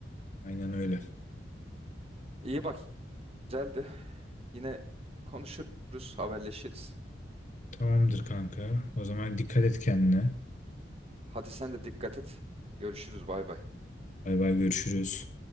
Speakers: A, on the left; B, on the right.
A: Aynen öyle.
B: İyi bak güzeldi. Yine konuşuruz, haberleşiriz.
A: Tamamdır kanka. O zaman dikkat et kendine.
B: Hadi sen de dikkat et. Görüşürüz bay bay.
A: Bay bay görüşürüz.